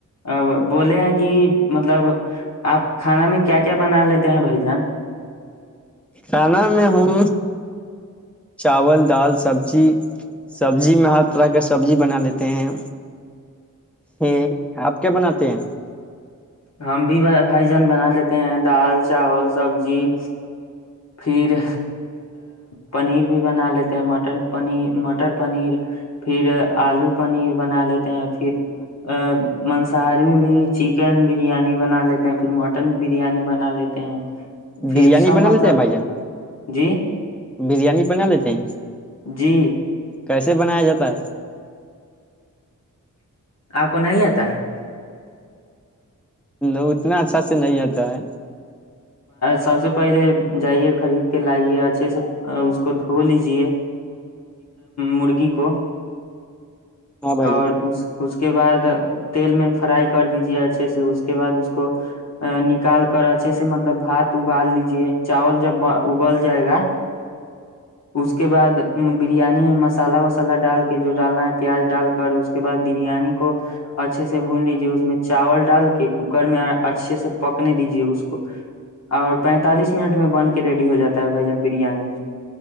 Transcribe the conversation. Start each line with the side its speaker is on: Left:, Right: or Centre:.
Left: اب بولے ہیں کہ مطلب آپ کھانا میں کیا کیا بنا لیتے ہیں بھائی جان
Centre: کھانا میں ہم چاول دال سبزی سبزی میں ہر طرح کا سبزی بنا لیتے ہیں یہ آپ کیا بناتے ہیں
Left: ہم بھی بھجن بنا لیتے ہیں دال چاول سبزی پھر پنیر بھی بنا لیتے ہیں مٹر پیر مٹر پنیر پھر آلو پنیر بنا لیتے ہیں پھر ا منصاری میں بھی چکن بھی بریانی بنا لیتے ہیں پھر مٹن بریانی بنا لیتے ہیں پھر
Centre: برییاانی
Left: سب
Centre: بنا
Left: مطلب
Centre: لیتے ہیں بھائی جان
Left: جی
Centre: بریانی بنا لیتے ہیں
Left: جی
Centre: کیسے بنایا جاتا ہے
Left: آپ کو نہیں آتا ہے
Centre: ل اتنا اچھا سے نہیں آتا ہے
Left: سب سے پہلے جائیے خرید کے لائیے اچھے سے اس کو دھو لیجے مرغی کو
Centre: ہاں بھائی
Left: اور
Centre: جان
Left: اس اس کے بعد تیل میں فرائی کر دیجے اچھے سے اس کے بعد اس کو نکال کر اچھے سے مطلب بھات ابال لیجے چاول جب ابل جائے گا اس
Centre: ہاں
Left: کے بعد بریانی میں مسالہ وسالہ ڈال کے جو ڈالنا ہے پیاز ڈال کر اس کے بعد بریانی کو اچھے سے بھون لیجے اس میں چاول ڈال کے کوکر میں اچھے سے پکنے دیجے اس کو اور پینتالیس منٹ میں بن کے ریڈی ہو جاتا ہے بھائی جان بریانی